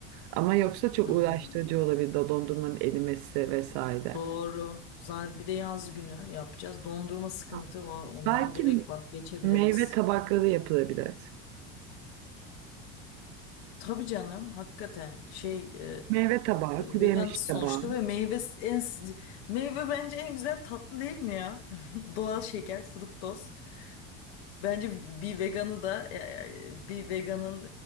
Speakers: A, on the right; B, on the left.
A: Ama yoksa çok
B: Hmm,
A: uğraştırıcı olabilir de dondurmanın erimesi vesaire.
B: doğru. Zaten bir de yaz günü yapacağız. Dondurma sıkıntı
A: Ha,
B: o. Ondan
A: Belki
B: direkt vazgeçebiliriz.
A: meyve tabakları yapılabilir.
B: Tabii canım hakikaten şey e,
A: Meyve tabağı, kuru
B: veganız
A: yemiş tabağı.
B: sonuçta ve meyve en meyve bence en güzel tatlı değil mi ya? <laughs> Doğal şeker, fruktoz. Bence bir veganı da e, e, bir veganın